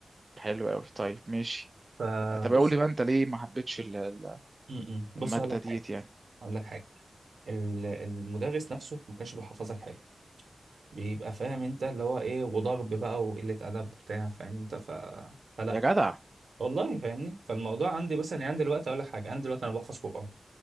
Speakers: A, on the right (about 35°); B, on the right (about 80°).
A: حلو قوي طيب ماشي
B: فبص
A: طب قول لي بقى انت ليه ما حبيتش ال- ال-
B: م- م. بص
A: الماده
B: هقول لك
A: ديت
B: حاجه
A: يعني
B: هقول لك حاجه ال- المدرس نفسه ما كانش بيحفظك حلو بيبقى فاهم انت اللي هو ايه وضرب بقى وقله ادب وبتاع فاهم انت ف... فلا
A: يا جدع
B: والله فاهمني فالموضوع عندي بس انا عندي دلوقتي اقول لك حاجه انا دلوقتي انا بحفظ قران